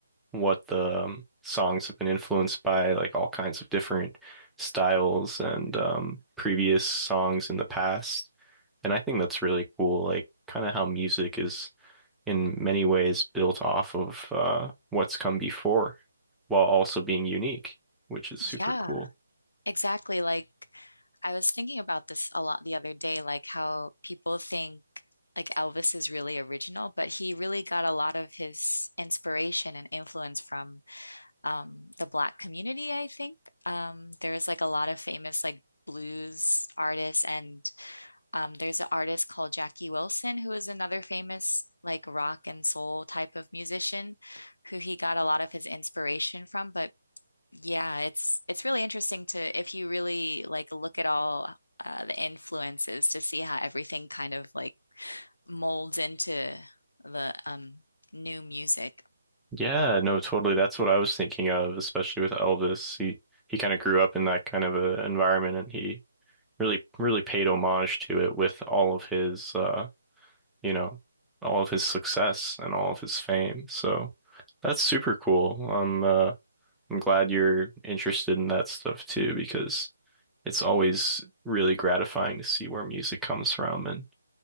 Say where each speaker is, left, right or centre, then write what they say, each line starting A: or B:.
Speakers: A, in the centre; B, on the left.
A: what the um, songs have been influenced by, like all kinds of different styles and um, previous songs in the past. And I think that's really cool, like kind of how music is in many ways built off of uh, what's come before while also being unique, which is
B: Yeah,
A: super cool.
B: exactly. Like I was thinking about this a lot the other day, like how people think like Elvis is really original, but he really got a lot of his inspiration and influence from um, the Black community, I think. Um, there's like a lot of famous like blues artists, and um, there's an artist called Jackie Wilson, who is another famous like rock and soul type of musician, who he got a lot of his inspiration from. But yeah, it's it's really interesting to if you really like look at all uh, the influences to see how everything kind of like molds into the um, new music.
A: Yeah, no, totally. That's what I was thinking of, especially with Elvis. He he kind of grew up in that kind of a environment and he really really paid homage to it with all of his uh you know, all of his success and all of his fame. So that's super cool. I'm uh, I'm glad you're interested in that stuff too, because it's always really gratifying to see where music comes from and